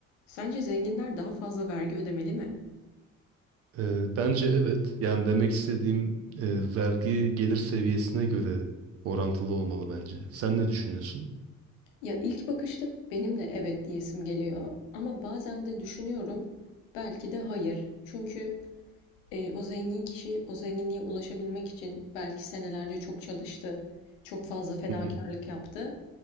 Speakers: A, on the left; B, on the right.
A: Sence zenginler daha fazla vergi ödemeli mi?
B: Ee, bence evet. Yani demek istediğim e, vergi gelir seviyesine göre orantılı olmalı bence. Sen ne düşünüyorsun?
A: Ya ilk bakışta benim de evet diyesim geliyor ama bazen de düşünüyorum belki de hayır. Çünkü e, o zengin kişi o zenginliğe ulaşabilmek için belki senelerce çok çalıştı, çok fazla fedakarlık
B: Hı hı.
A: yaptı